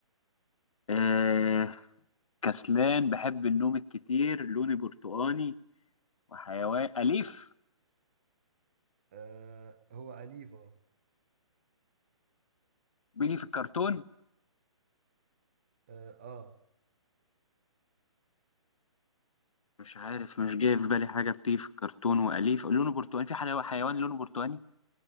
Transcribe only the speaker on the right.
آه هو أليف اه
اه اه